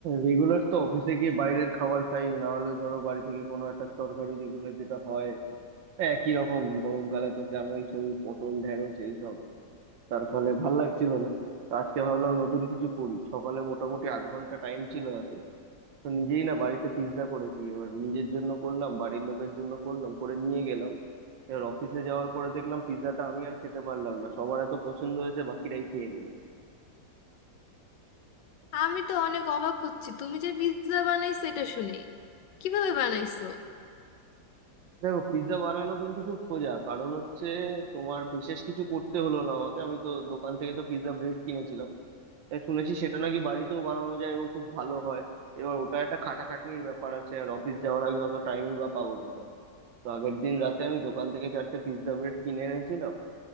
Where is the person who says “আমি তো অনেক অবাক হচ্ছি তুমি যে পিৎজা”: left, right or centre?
Left